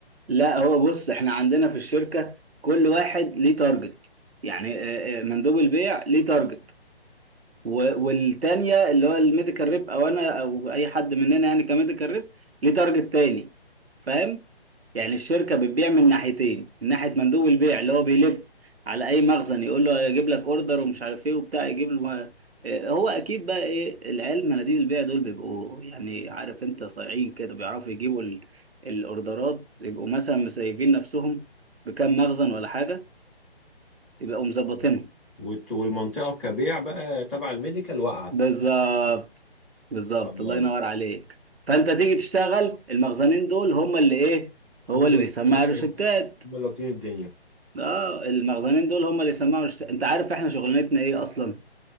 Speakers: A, on the right; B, in the centre.
A: لا
B: <laughs>
A: هو بص احنا عندنا في الشركة كل واحد ليه تارجت يعني آه، آه، مندوب البيع ليه تارجت و- والتانية اللي هو الميديكال ريب او انا او اي حد مننا يعني كميديكال ريب ليه تارجت تاني فاهم يعني الشركة بتبيع من ناحيتين من ناحية مندوب البيع اللي هو بيلف على اي مخزن يقول له يجيب لك اوردر ومش عارف ايه وبتاع يجيب له آه، هو اكيد بقى ايه العيال مناديب البيع دول بيبقوا يعني عارف انت صايعين كده بيعرفوا يجيبوا ال- الاوردرات يبقوا مثلا مسيفين نفسهم بكام مخزن ولا حاجة يبقوا مظبطينهم
B: آه. والت- والمنطقه كبيع بقى تبع الميديكال واقعه
A: بالظبط بالظبط
B: اه
A: الله ينور عليك فانت تيجي تشتغل المخزنين دول هم اللي ايه هو
B: هم اللي
A: اللي بيسمع
B: هم
A: روشتات
B: اللي واكلين الدنيا
A: اه المخزنين دول هم اللي يسمعوا روشتات انت عارف احنا شغلانتنا ايه اصلا